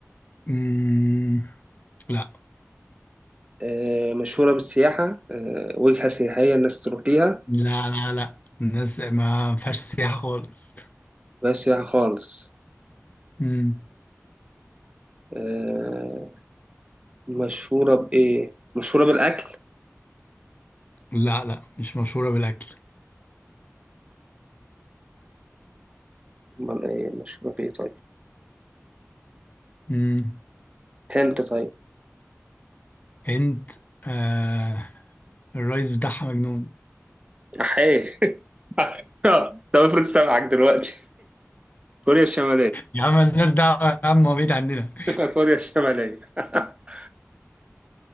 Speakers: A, on the left; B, on the right.
A: مم... لا
B: آه مشهورة بالسياحة آه وجهة سياحية الناس تروح ليها
A: لا لا لا الناس ما فيهاش سياحة خالص
B: بس سياحة خالص
A: مم.
B: آه، مشهورة بإيه؟ مشهورة بالأكل؟
A: لا لا مش مشهورة بالأكل
B: أمال إيه مشهورة بإيه طيب؟
A: مم.
B: هند طيب
A: هند آه... الرئيس بتاعها مجنون
B: أحيه <laughs> طب افرض سامعك دلوقتي كوريا الشمالية
A: يا عم الناس دعوة يا عم هو بعيد عننا <laughs>
B: <laughs> كوريا الشمالية <laughs>